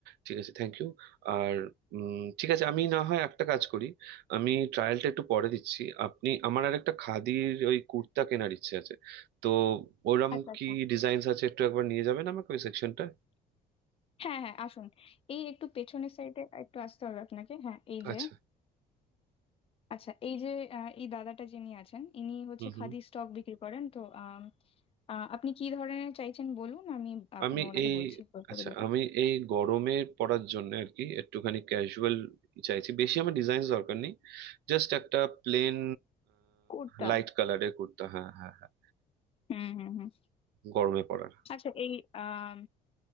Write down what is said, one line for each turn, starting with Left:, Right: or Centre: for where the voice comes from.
Right: ঠিক আছে থ্যাংক ইউ আর উম, ঠিক আছে আমি না হয় একটা কাজ করি আমি ট্রায়ালটা একটু পরে দিচ্ছি আপনি আমার আর একটা খাদির ওই কুর্তা কেনার ইচ্ছে আছে তো ওরম
Left: আচ্ছা আচ্ছা
Right: কি ডিজাইনস আছে একটু একবার নিয়ে যাবেন আমাকে ওই সেকশনটা
Left: হ্যাঁ হ্যাঁ আসুন এই একটু পেছনের সাইডে একটু আসতে হবে আপনাকে হ্যাঁ এই যে
Right: আচ্ছা
Left: আচ্ছা এই যে আ, এই দাদাটা যিনি আছেন ইনি হচ্ছে
Right: হুম হুম
Left: খাদি স্টক বিক্রি করেন তো আম, আ, আপনি কি ধরনের চাইছেন বলুন আমি আপ-
Right: আমি
Left: ওনাকে
Right: এই
Left: বলছি
Right: আচ্ছা
Left: করে দেবো
Right: আমি এই গরমে পড়ার জন্য আর কি একটুখানি ক্যাজুয়াল চাইছি বেশি আমার ডিজাইন দরকার নেই জাস্ট একটা প্লেন
Left: কোটটা
Right: লাইট কালারের কুর্তা হ্যাঁ হ্যাঁ হ্যাঁ
Left: হুম হুম হুম
Right: গরমে পড়ার
Left: আচ্ছা এই আম,